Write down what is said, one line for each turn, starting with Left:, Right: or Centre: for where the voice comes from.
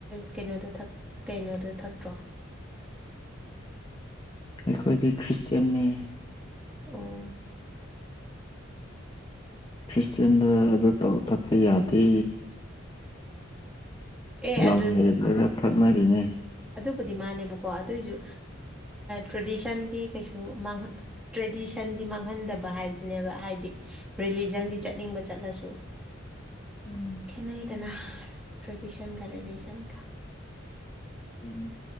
Centre: ꯀꯩꯅꯣꯗ ꯀꯩꯅꯣꯗ ꯊꯛꯇ꯭ꯔꯣ
Left: ꯑꯩꯈꯣꯏꯗꯤ ꯈ꯭ꯔꯤꯁꯇꯌꯥꯟꯅꯤ
Centre: ꯑꯣ
Left: ꯈ꯭ꯔꯤꯁꯇꯦꯟꯗ ꯑꯗꯨ ꯊꯛꯄ ꯌꯥꯗꯦ
Centre: ꯑꯦ
Left: ꯂꯝ
Centre: ꯑꯗꯨ
Left: ꯍꯦꯂꯂꯒ ꯊꯛꯅꯔꯤꯅꯤ
Centre: ꯄꯨꯕꯨꯗꯤ ꯃꯥꯥꯟꯅꯦꯕꯀꯣ ꯑꯗꯨꯑꯣꯏꯁꯨ ꯇ꯭ꯔꯦꯗꯤꯁꯟꯗꯤ ꯀꯩꯁꯨꯥꯡ ꯇ꯭ꯔꯦꯗꯤꯁꯟ ꯗꯤ ꯃꯥꯡꯍꯟꯗꯕ ꯍꯥꯏꯕꯁꯤꯅꯦꯕ ꯍꯥꯏꯗꯤ ꯔꯤꯂꯤꯖꯟꯗꯤ ꯆꯠꯅꯤꯡꯕ ꯆꯠꯂꯁꯨ
Left: ꯎꯝ
Centre: ꯈꯅꯏ ꯇꯅꯥꯍ ꯇ꯭ꯔꯦꯗꯤꯁꯟ ꯀ ꯔꯂꯤꯖꯟ ꯀ
Left: ꯎꯝ